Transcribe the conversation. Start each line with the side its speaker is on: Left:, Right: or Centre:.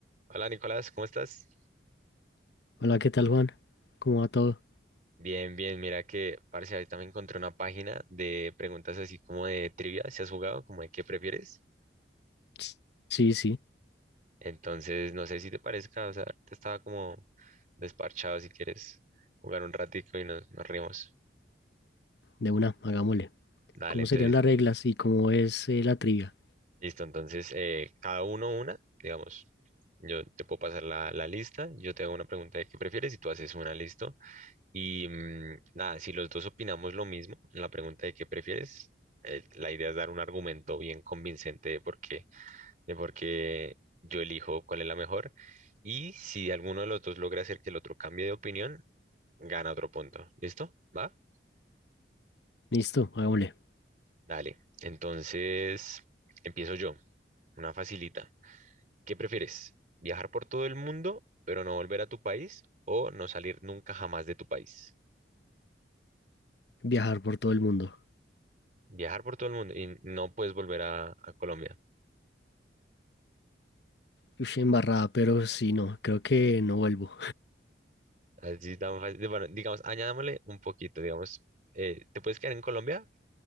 Right: Hola Nicolás, ¿cómo estás?
Left: Hola, ¿qué tal, Juan? ¿Cómo va todo?
Right: Bien, bien, mira que, parce, ahorita me encontré una página de preguntas así como de trivia, si has jugado, como de qué prefieres.
Left: S- Sí, sí,
Right: Entonces, no sé si te parezca, o sea, te estaba como desparchado si quieres jugar un ratico y nos, nos rimos.
Left: de una, hagámosle.
Right: Dale,
Left: ¿Cómo
Right: entonces,
Left: serían las reglas y cómo es eh, la trivia?
Right: listo, entonces, eh, cada uno una, digamos, yo te puedo pasar la, la lista, yo te hago una pregunta de qué prefieres y tú haces una, listo. Y mm, nada, si los dos opinamos lo mismo en la pregunta de qué prefieres, el- la idea es dar un argumento bien convincente de por qué, de por qué yo elijo cuál es la mejor. Y si alguno de los dos logra hacer que el otro cambie de opinión, gana otro punto. ¿Listo? ¿Va?
Left: Listo, hagámosle.
Right: Dale. Entonces, empiezo yo. Una facilita. ¿Qué prefieres? ¿Viajar por todo el mundo, pero no volver a tu país? ¿O no salir nunca jamás de tu país?
Left: Viajar por todo el mundo.
Right: Viajar por todo el mundo y no puedes volver a a Colombia.
Left: Uy, embarrada, pero sí, no, creo que no vuelvo.
Right: Así tan fácil. Bueno, digamos, añadámosle un poquito, digamos, eh, te puedes quedar en Colombia,